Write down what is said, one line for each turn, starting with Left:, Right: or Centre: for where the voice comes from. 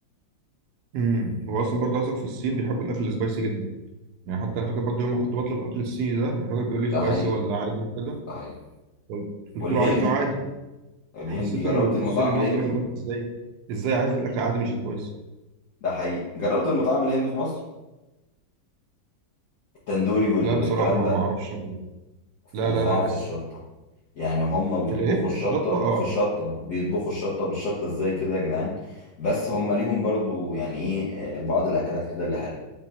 Right: امم هو اصلا برضه عايزك في الصين بيحبوا الاكل السبايسي جدا يعني حتى انا فاكر برضه يوم ما كنت بطلب الاكل الصيني ده الراجل بيقول لي
Left: ده
Right: سبايسي
Left: حقيقي
Right: ولا عادي وكده
Left: ده حقيقي
Right: قلت قلت
Left: والهندي
Right: له عايزه عادي
Left: الهندي
Right: حسيت
Left: جربت
Right: انه بيبص
Left: المطاعم
Right: لي نظره
Left: الهندي
Right: اللي هو أنت ازاي ازاي عايز الاكل عادي مش سبايسي
Left: ده حقيقي جربت المطاعم الهندي في مصر التندوري والكلام
Right: لا بصراحه ما
Left: ده
Right: ما اعرفش
Left: فظاع
Right: لا لا لا
Left: في
Right: لسه
Left: الشطة يعني هم بيطبخوا
Right: في الايه
Left: الشطة
Right: في الشطه اه
Left: في الشطة بيطبخوا الشطة بالشطة ازاي كده يا جدعان بس هم ليهم برضو يعني ايه آه، بعض الاكلات كده اللي حلوة